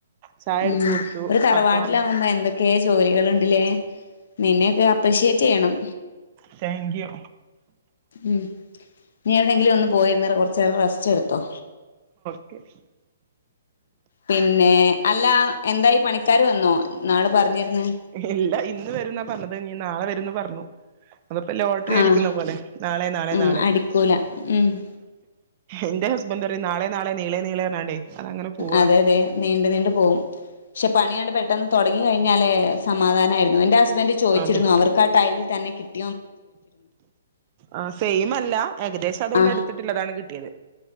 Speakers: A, on the right (about 35°); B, on the left (about 60°).
A: ചായ
B: ഉം
A: എടുത്ത് കൊടുത്തു
B: ഒരു തറവാട്ടിലാകുമ്പോ
A: അപ്പൊ
B: എന്തൊക്കെ ഒക്കെ ജോലികളുണ്ടില്ലേ നിന്നെക്കെ അപ്രിഷിയേറ്റ് ചെയ്യണം
A: താങ്ക്യു
B: ഉം നീ എവിടെങ്കിലും ഒന്ന് പോയിരുന്ന് കൊറച്ചേരം റസ്റ്റ് എടുത്തോ
A: <inaudible>
B: പിന്നെ അല്ല എന്തായി പണിക്കാര് വന്നോ ഇന്നാള് പറഞ്ഞിരുന്ന്
A: ഇല്ല ഇന്ന് വരുന്നാ പറഞ്ഞത് ഇനീ നാളെ വരുന്ന് പറഞ്ഞു അത്പ്പോ ലോട്ടറി
B: ആഹ്
A: അടിക്കുന്ന പോലെ നാളെ നാളെ
B: ഉം
A: നാളെ
B: അടിക്കൂല ഉം
A: എന്റെ ഹസ്ബൻറ് പറയും നാളെ നാളെ നീളെ നീളെ പറഞ്ഞാണ്ടേ അതങ്ങനെ പോവാണ്
B: അതെ അതെ നീണ്ട് നീണ്ടു പോവും പക്ഷെ പണിയാണ്ട് പെട്ടെന്ന് തുടങ്ങി കഴിഞ്ഞ ഞ്ഞാലേ സമാധാനായിരുന്നു എന്റെ ഹസ്ബന്റ് ചോിച്ചിരുന്നു
A: അതെ
B: അവർക്ക് ആ ടൈലിൽ തന്നെ കട്ട
A: ആഹ് സെയിമല്ല ഏകദേശം അതുകൊണ്ടടുത്തിട്ടുള്ളതാണ്
B: ആ
A: കിട്ടിയത്